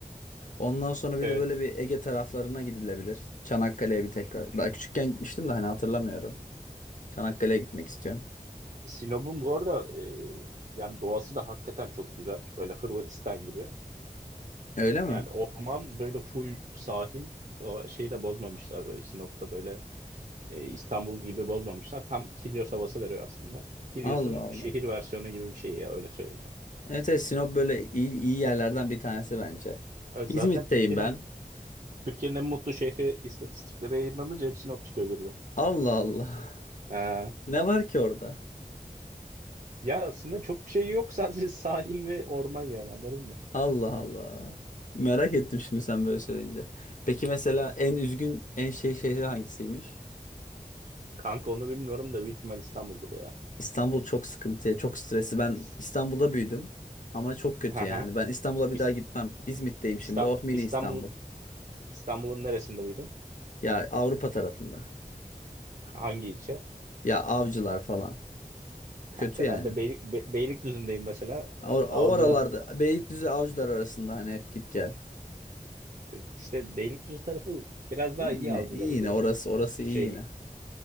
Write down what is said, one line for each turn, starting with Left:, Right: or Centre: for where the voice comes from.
Left: Ondan sonra bir
Right: Evet.
Left: de böyle bir Ege taraflarına gidilebilir. Çanakkale'ye bir tekrar. Daha küçükken gitmiştim de hani hatırlamıyorum. Çanakkale'ye gitmek istiyorum.
Right: Sinop'un bu arada e, yani doğası da hakikaten çok güzel. Böyle Hırvatistan gibi.
Left: Öyle mi?
Right: Yani orman böyle full sahil. O şeyi de bozmamışlar böyle Sinop'ta böyle e, İstanbul gibi bozmamışlar. Tam Kilyos havası veriyor aslında. Kilyos'un
Left: Allah Allah.
Right: şehir versiyonu gibi bir şey ya öyle söyleyeyim sana.
Left: Evet, evet Sinop böyle iyi, iyi yerlerden bir tanesi bence.
Right: E, Zaten
Left: İzmit'teyim
Right: Türkiye'nin
Left: ben.
Right: Türkiye'nin en mutlu şehri istatistikleri yayınlanınca hep Sinop çıkıyor bir de.
Left: Allah Allah. <laughs>
Right: E,
Left: Ne var ki orada?
Right: ya aslında çok bir şey yok <laughs> sadece sahil ve orman yani anladın mı?
Left: Allah Allah. Merak ettim şimdi sen böyle söyleyince. Peki mesela en üzgün, en şey şehri hangisiymiş?
Right: Kanka onu bilmiyorum da büyük ihtimal İstanbul'dur ya.
Left: İstanbul çok sıkıntıya, çok stresli. Ben
Right: İs-
Left: İstanbul'da büyüdüm ama çok kötü
Right: Haha.
Left: yani. Ben İstanbul'a bir
Right: İs-
Left: daha gitmem. İzmit'teyim
Right: İsta-
Left: şimdi. Oh mini
Right: İstanbul
Left: İstanbul.
Right: İstanbul'un neresinde büyüdün?
Left: Ya Avrupa tarafında.
Right: Hangi ilçe?
Left: Ya Avcılar falan.
Right: Kanka
Left: Kötü yani.
Right: ben de Beylik, Be- Beylikdüzü'ndeyim mesela. Ee,
Left: O, o
Right: avcılar
Left: aralarda Beylikdüzü Avcılar arasında hani hep git gel.
Right: e, işte Beylikdüzü tarafı biraz daha
Left: İyi
Right: iyi
Left: Yine
Right: avcılara
Left: iyi yine
Right: göre.
Left: orası orası
Right: Şey
Left: iyi yine.